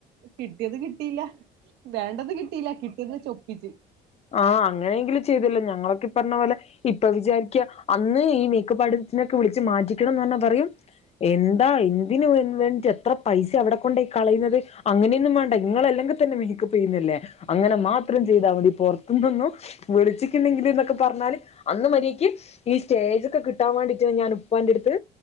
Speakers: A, on the right (about 85°); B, on the left (about 40°).
A: കിട്ടിയത് കിട്ടിയില്ല വേണ്ടത് കിട്ടിയില്ല കിട്ടിയതെചൊപ്പിച്ച്
B: ആഹ അങ്ങനെയെങ്കിലും ചെയ്തല്ലോ ഞങ്ങളൊക്കെ പ്പൊ പറഞ്ഞ പോലെ ഇപ്പൊ വിചാരിക്ക അന്ന് ഈ മേക്കപാർടിസ്റ്റ് സിനൊക്കെ വിളച്ച് മാറ്റിക്കണംന്ന് പറഞ്ഞാ പറയും എന്താ എന്തിന് വേണ്ടി് എത്ര പൈസ അവിടെ കൊണ്ട് കളയുന്നത് അങ്ങനെയൊന്നും വേണ്ട ഇങ്ങളല്ലെങ്കി തന്നെ മേക്കപ്പെയ്യുന്നല്ലേ അങ്ങനെ മാത്രം ചെയ്താൽ മതി പുറത്തുനിന്നും വിളിച്ചിട്ടുണ്ടെങ്കിൽ എന്നൊക്കെ പറഞ്ഞാല് അന്ന് മര്യായ്ക്ക് ഈ സ്റ്റേജൊക്കെ കിട്ടാ മണ്ടീട്ട് ഞാൻ ഉപ്പാൻ്റട്ത്ത്